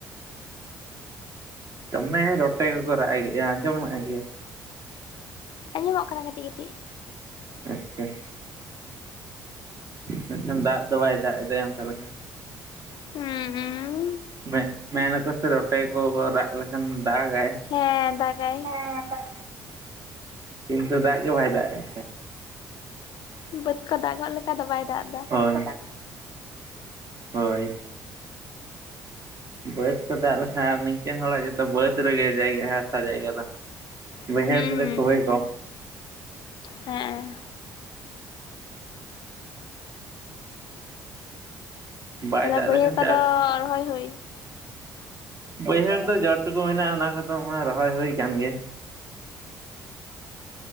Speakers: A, on the right; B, on the left.
A: ᱫᱚᱢᱮ ᱨᱚᱴᱮ ᱜᱮᱠᱚ ᱨᱟᱜ-ᱮ ᱜᱮᱭᱟ ᱟᱡᱚᱢᱚᱜ ᱜᱮ
B: ᱟᱡᱚᱢᱚᱜ ᱠᱟᱱᱟ ᱠᱟᱹᱴᱤᱡ ᱠᱟᱹᱴᱤᱡ᱾
A: ᱟᱪᱪᱷᱟ, ᱱᱟᱜ ᱠᱷᱟᱱ ᱫᱟᱜ ᱫᱚ ᱵᱟᱭ ᱫᱟᱜ ᱮᱫᱟ ᱚᱱᱠᱟ ᱞᱮᱠᱟ᱾
B: ᱦᱩᱸ
A: ᱢᱮ-ᱢᱮᱱᱟᱠᱚ ᱥᱮ ᱨᱚᱴᱮ ᱠᱚ ᱨᱟᱜ ᱞᱮᱠᱷᱟᱱ ᱫᱟᱜᱟᱭ᱾
B: ᱦᱮᱸ ᱫᱟᱜᱟᱭ
A: ᱦᱮᱸ ᱠᱤᱱᱛᱩ ᱫᱟᱜ ᱜᱮ ᱵᱟᱭ ᱫᱟᱜ ᱮᱫᱟ
B: ᱵᱟᱹᱫᱽ ᱠᱚ ᱫᱟᱜᱚᱜ ᱞᱮᱠᱟ
A: <inaudible>
B: ᱫᱚ ᱵᱟᱭ ᱫᱟᱜ ᱮᱫᱟ
A: ᱦᱳᱭ᱾ ᱦᱳᱭ᱾ ᱵᱟᱹᱫᱽ ᱠᱚ ᱫᱟᱜ ᱞᱮᱠᱷᱟᱱ ᱱᱤᱝᱠᱟᱹ ᱦᱚᱲᱟᱜ ᱡᱚᱛᱚ ᱵᱟᱹᱫᱽ ᱨᱮᱜᱮ ᱡᱟᱭᱜᱟ ᱦᱟᱥᱟ ᱡᱟᱭᱜᱟ ᱫᱚ᱾
B: ᱦᱩᱸ
A: ᱵᱟᱹᱭᱦᱟᱹᱲ ᱨᱮ ᱠᱷᱩᱵᱮᱭ ᱠᱚᱢ᱾
B: ᱦᱮᱸᱜ-ᱮ᱾
A: ᱵᱟᱭ
B: ᱛᱟᱦᱚᱞᱮ
A: ᱫᱟᱜ
B: ᱵᱟᱹᱭᱦᱟᱹᱲ
A: ᱞᱮᱠᱷᱟᱱ
B: ᱠᱚᱫᱚ
A: ᱪᱟᱥ <inaudible>
B: ᱨᱚᱦᱚᱭ ᱦᱩᱭ
A: ᱵᱟᱹᱭᱦᱟᱹᱲ ᱫᱚ ᱡᱚᱴ ᱴᱩᱠᱩ ᱢᱮᱱᱟᱜ-ᱟ ᱚᱱᱟ ᱠᱚᱫᱚ ᱢᱟ ᱨᱚᱦᱚᱭ ᱦᱩᱭ ᱟᱠᱟᱱ ᱜᱮᱭᱟ᱾